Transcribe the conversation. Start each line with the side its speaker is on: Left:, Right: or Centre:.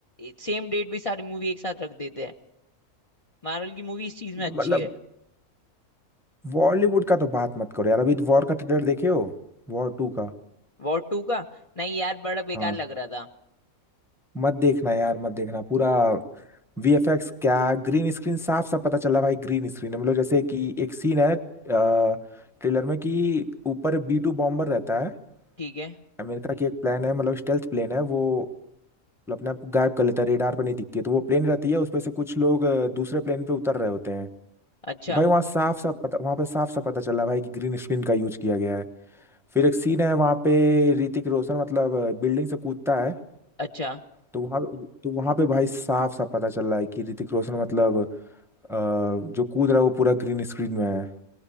Left: सेम डेट भी सारी मूवी एक साथ रख देते हैं मार्वल की मूवी इस चीज में अच्छी
Centre: मतलब
Left: है
Centre: बॉलीवुड का तो बात मत करो यार अभी वॉर का ट्रेलर देखे हो वॉर टू का
Left: वॉर टू का नहीं यार बड़ा बेकार
Centre: हाँ
Left: लग रहा था
Centre: मत देखना यार मत देखना पूरा वीएफएक्स क्या ग्रीन स्क्रीन साफ साफ पता चला भाई ग्रीन स्क्रीन है मतलब जैसे कि एक सीन है ट्रेलर में कि ऊपर बी टू बॉम्बर रहता है
Left: ठीक है
Centre: अमेरिका की एक प्लेन है मतलब स्टेल्थ प्लेन है वो मतलब अपने आप को गायब कर लेता है रेडार पर नहीं दिखती है तो वो प्लेन रहती है उसपे से कुछ लोग अ, दूसरे प्लेन पे उतर रहे होते हैं
Left: अच्छा
Centre: तो भाई वहाँ साफ साफ पता वहाँ पे साफ साफ पता चला भाई कि ग्रीन स्क्रीन का यूज किया गया है फिर एक सीन है वहाँ पे ऋतिक रोशन मतलब बिल्डिंग से कूदता है
Left: अच्छा
Centre: तो वहाँ तो वहाँ पे भाई साफ साफ पता चल रहा है कि ऋतिक रोशन मतलब अ, जो कूद रहा है वो पूरा ग्रीन स्क्रीन में है